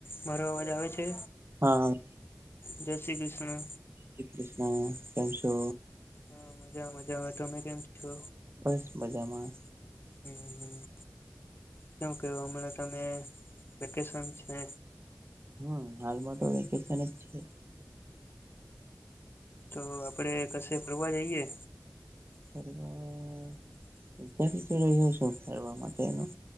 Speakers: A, on the left; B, on the right.
A: મારો અવાજ આવે છે?
B: હા!
A: જય શ્રી કૃષ્ણ!
B: શ્રી કૃષ્ણ. કેમ છો?
A: હા મજા મજા આવે. તમે કેમ છો?
B: બસ મજામાં.
A: હમ હમ! શું કેવું હમણાં? તમે વેકેશન છે.
B: હમ હાલમાં તો વેકેશન જ છે.
A: તો આપણે કશે ફરવા જઈએ.
B: <inaudible> વિકાસ તો રહ્યો છો. ફેરવા માટેનું